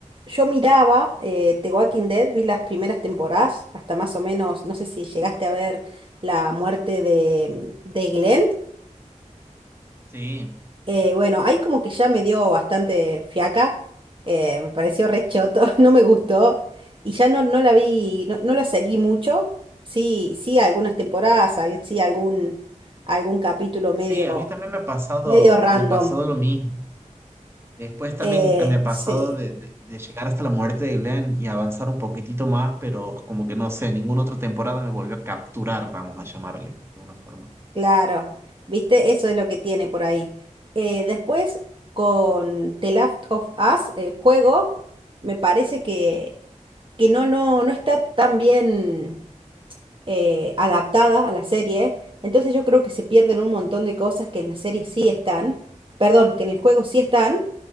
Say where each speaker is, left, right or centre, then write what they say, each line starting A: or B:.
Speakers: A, on the right (about 40°); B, on the right (about 20°).
A: yo miraba eh, The Walking Dead, vi las primeras temporadas, hasta más o menos, no sé si llegaste a ver la muerte de, de Glenn.
B: Sí,
A: Eh, bueno, ahí como que ya me dio bastante fiaca, eh, me pareció re choto, <laughs> no me gustó y ya no, no la vi, no, no la seguí mucho, sí, sí algunas temporadas, ahí sí algún, algún capítulo medio,
B: sí, a mí también me ha pasado,
A: medio random,
B: me ha pasado lo mismo. Después también
A: eh,
B: ah, me ha pasado
A: sí,
B: de, de- de llegar hasta la muerte de Glenn y avanzar un poquitito más, pero como que no sé, ninguna otra temporada me volvió a capturar, vamos a llamarle, de alguna forma.
A: claro, viste, eso es lo que tiene por ahí. Eh, después con The Last of Us, el juego, me parece que, que no, no, no está tan bien eh, adaptada a la serie. Entonces yo creo que se pierden un montón de cosas que en la serie sí están, perdón, que en el juego sí están.